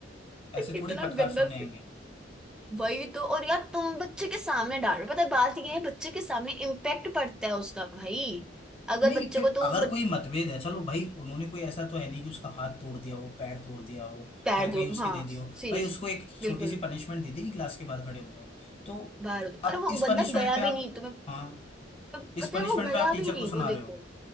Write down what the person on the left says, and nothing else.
ऐसे
थोड़ी फटकार
सुनने आएंगे
नहीं
फिर
अगर
कोई मतभेद है चलो भाई उन्होंने कोई ऐसा तो है नहीं कि उसका हाथ तोड़ दिया हो पैर तोड़ दिया हो
या
कहीं उसके
दे दियो
भाई उसको एक छोटी
सी पनिशमेंट दी थी कि क्लास के बाहर खड़े हो जाओ तो
अब
इस
पनिशमेंट
पे आप
हाँ
इस
पनिशमेंट
पे आप टीचर
को सुना
रहे हो